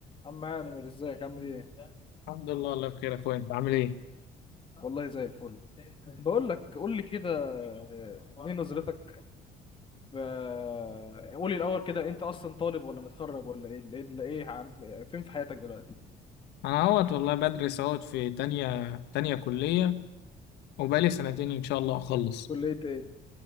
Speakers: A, on the left; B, on the left.
A: عم عامر ازيك عامل ايه
B: الحمد لله الله بخير يا اخويا انت عامل ايه
A: والله زي الفل <laughs> بقول لك قول لي كده ايه نظرتك في آه، قولي الاول كده انت اصلا طالب ولا متخرج ولا ايه ايه ايه إيه عم... فين في حياتك دلوقتي
B: انا اهوت والله بدرس اهوت في تانية تانية كلية وبقالي سنتين ان شاء الله اخلص
A: كلية ايه